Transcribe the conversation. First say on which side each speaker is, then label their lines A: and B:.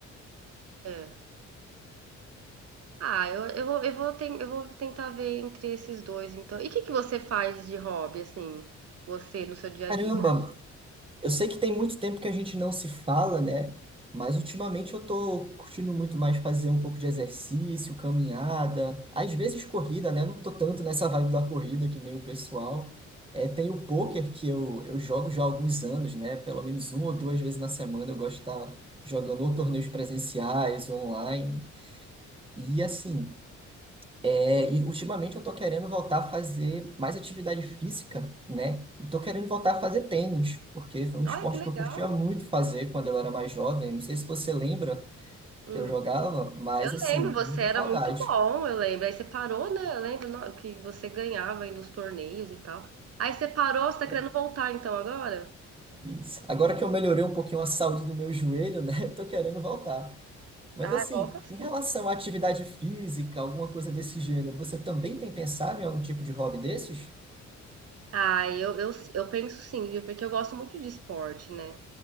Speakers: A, on the right; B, on the right.
A: é. Ah, eu, eu vou, eu vou, ten- eu vou tentar ver entre esses dois, então. E o que que você faz de hobby, assim? Você no seu dia
B: Caramba,
A: a dia?
B: Eu sei que tem muito tempo que a gente não se fala, né? Mas ultimamente eu tô curtindo muito mais fazer um pouco de exercício, caminhada, às vezes corrida, né? Eu não tô tanto nessa vibe da corrida que nem o pessoal. É, tem o pôquer que eu, eu jogo já há alguns anos, né? Pelo menos uma ou duas vezes na semana eu gosto de estar jogando ou torneios presenciais, ou online. E assim, é, e ultimamente eu tô querendo voltar a fazer mais atividade física, né? E tô querendo voltar a fazer tênis, porque foi um esporte
A: Olha, que legal!
B: que eu curtia muito fazer quando eu era mais jovem. Não sei se você lembra
A: Hum.
B: que eu jogava, mas
A: Eu lembro,
B: assim,
A: você
B: muita
A: era
B: saudade.
A: muito bom, eu lembro. Aí você parou, né? Eu lembro no- que você ganhava aí nos torneios e tal. Aí você parou, você tá
B: É
A: querendo voltar então agora?
B: isso. Agora que eu melhorei um pouquinho a saúde do meu joelho, né? <laughs> eu Tô querendo voltar. Mas
A: Ah,
B: assim,
A: volta
B: em
A: sim.
B: relação à atividade física, alguma coisa desse gênero, você também tem pensado em algum tipo de hobby desses?
A: Ah, eu, eu, eu penso sim, viu? Porque eu gosto muito de esporte, né?